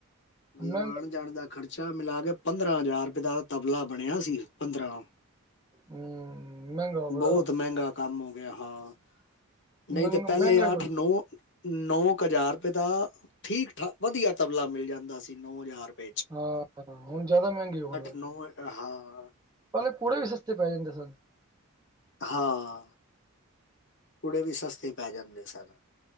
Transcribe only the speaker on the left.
ਮਤਲਬ
ਆਣ ਜਾਣ ਦਾ ਖਰਚਾ ਮਿਲਾ ਕੇ ਪੰਦਰਾਂ ਹਜ਼ਾਰ ਰਪਏ ਦਾ ਤਬਲਾ ਬਣਿਆ ਸੀ ਪੰਦਰਾਂ
ਬਹੁਤ ਮਹਿੰਗਾ ਕੰਮ ਹੋ ਗਿਆ ਹਾਂ। ਨਈ
ਤੇ ਪਹਿਲੇ
ਅੱਠ ਨੌ ਨੌ ਕ ਹਜ਼ਾਰ ਰਪਏ ਦਾ ਠੀਕ -ਠਾਕ ਵਧੀਆ ਤਬਲਾ ਮਿਲ ਜਾਂਦਾ ਸੀ ਨੌ ਹਜ਼ਾਰ ਰਪਏ
ਨੌ
ਹਾਂ
ਹਾਂ ਪੂੜੇ ਵੀ ਸਸਤੇ ਪੈ ਜਾਂਦੇ ਸਨ।